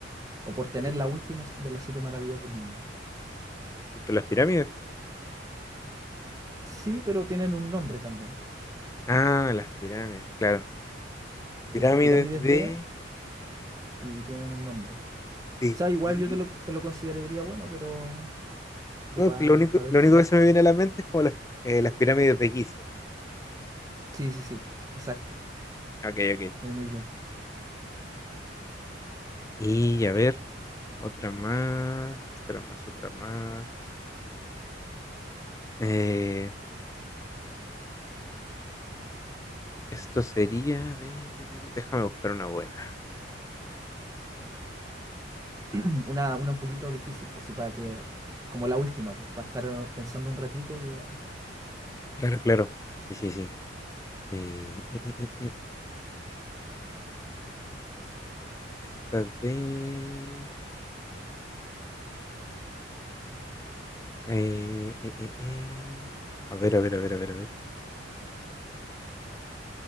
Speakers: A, on the right (about 20°); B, on the left (about 15°).
A: O por tener
B: Eh,
A: las últimas de las siete maravillas del mundo.
B: Egipto, las pirámides.
A: Sí, pero tienen un nombre también.
B: Ah, las pirámides, claro. Pirámides
A: Las pirámides
B: de,
A: de y tienen un nombre. O
B: de
A: sea, igual
B: Giza.
A: yo te lo, te lo consideraría bueno, pero, pero
B: No,
A: para
B: que lo único,
A: ver
B: lo
A: si.
B: único que se me viene a la mente es como las, eh, las pirámides de Giza.
A: Sí, sí, sí. Exacto.
B: Ok, ok.
A: Muy, muy bien.
B: Y a ver, otra más, otra más, otra más. Eh, esto sería de, de- de- de- Déjame buscar una buena.
A: <clears throat> Una, una un poquito difícil, pues sí, para que. Como la última, pues, para estar pensando un ratito y.
B: Claro, claro. Sí, sí, sí. Eh, <laughs> Esta de... eh, eh, eh, eh. A ver, a ver, a ver, a ver, a ver.